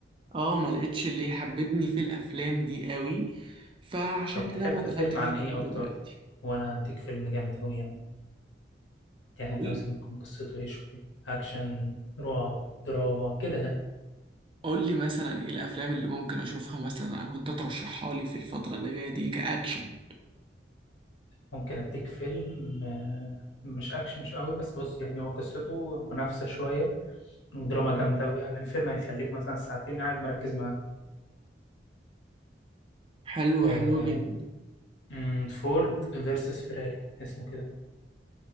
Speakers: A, on the right; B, on the left.
A: آه، ما لقيتش اللي حببني في الافلام دي قوي فعشان
B: طب
A: كده
B: تحب
A: ما دخلتش
B: فيلم عن
A: فيها
B: ايه
A: لحد
B: اكتر
A: دلوقتي
B: وانا اديك فيلم جامد قوي يعني تحب
A: قول
B: مثلا تكون قصته ايه شويه اكشن رعب دراما كده يعني.
A: قول لي مثلا ايه الافلام اللي ممكن اشوفها مثلا او انت ترشحها لي في الفتره اللي جايه دي كاكشن
B: ممكن اديك فيلم آه، مش اكشن مش قوي بس بص يعني هو قصته منافسه شويه ودراما جامده قوي يعني الفيلم هيخليك مثلا ساعتين قاعد مركز
A: حلو
B: معاه
A: حلو جدا
B: مم، فورد فيرسس فيراري اسمه كده